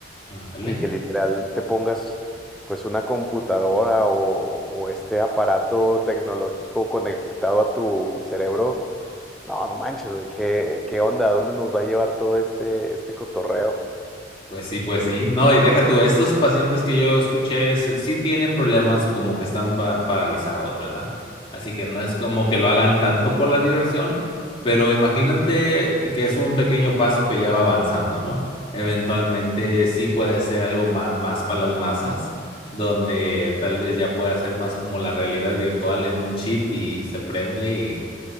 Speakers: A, on the left (about 30°); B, in the centre.
A: Ándale.
B: y que literal te pongas, pues, una computadora o, o este aparato tecnológico conectado a tu cerebro No, no manches, güey, ¿qué, qué onda? ¿A dónde nos va a llevar todo este, este cotorreo?
A: Pues sí, pues sí. No, y deja tú, estos pacientes que yo escuché se- sí tienen problemas como que están pa- paralizados, ¿verdad? Así que no es como que lo hagan tanto por la diversión, pero imagínate que es un pequeño paso que ya va avanzando, ¿no? Eventualmente sí puede ser algo más, más para las masas, donde tal vez ya pueda ser más como la realidad virtual en un chip y se prende y,